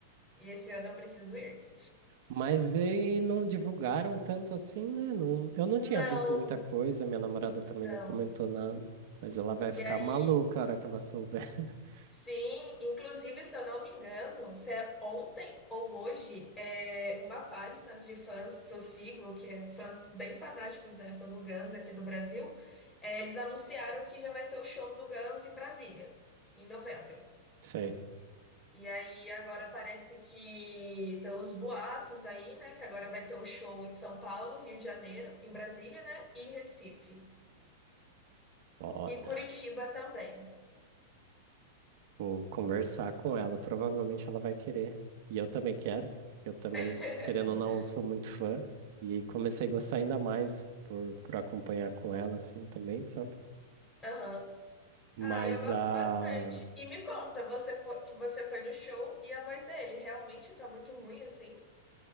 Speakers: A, on the left; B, on the right.
A: E esse ano eu preciso ir?
B: Mas e não divulgaram tanto assim, né? Não, eu não
A: Não,
B: tinha visto muita coisa, minha namorada também
A: não.
B: não comentou nada. Mas ela vai
A: E
B: ficar
A: aí.
B: maluca a hora que ela souber. <laughs>
A: Sim, inclusive, se eu não me engano, se é ontem ou hoje, é uma página de fãs que eu sigo, que é fãs bem fanáticos, né, pelo Guns aqui do Brasil, é, eles anunciaram que já vai ter o show do Guns em Brasília, em novembro.
B: Sei,
A: E aí agora parece que, pelos boatos aí, né, que agora vai ter o show em São Paulo, Rio de Janeiro, em Brasília, né, e Recife.
B: foda.
A: E Curitiba também.
B: Vou conversar com ela, provavelmente ela vai querer. E eu também quero, eu também,
A: <laughs>
B: querendo ou não, sou muito fã. E comecei a gostar ainda mais por, por acompanhar com ela, assim, também, sabe?
A: Aham.
B: Mas
A: Ah, eu gosto
B: a.
A: bastante. E me conta, você foi, que você foi no show e a voz dele realmente tá muito ruim assim?